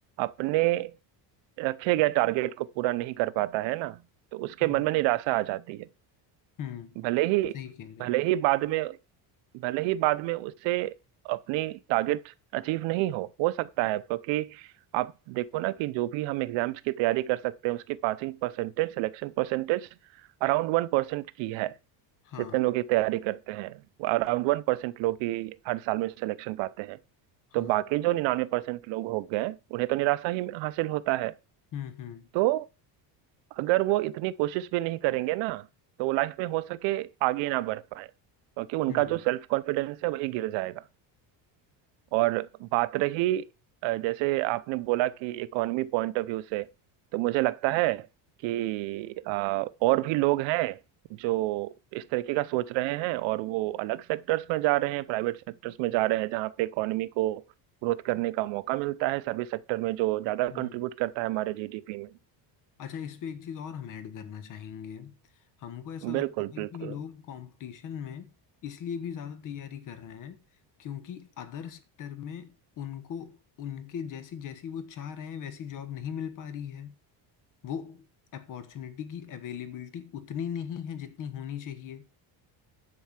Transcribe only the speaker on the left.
हम्म
हम्म,
सही कह रहे
हो
हाँ
हाँ
हम्म हम्म
हम्म
हम्म
अच्छा इस पे एक चीज़ और हम ऐड करना चाहेंगे हमको ऐसा लगता
है
कि लोग कंपटीशन में इसलिए भी ज़्यादा तैयारी कर रहे हैं क्योंकि अदर सेक्टर में उनको उनके जैसी जैसी वो चाह रहे हैं वैसी जॉब नहीं मिल पा रही है वो अपॉर्चुनिटी की अवेलेबिलिटी उतनी नहीं है जितनी होनी चाहिए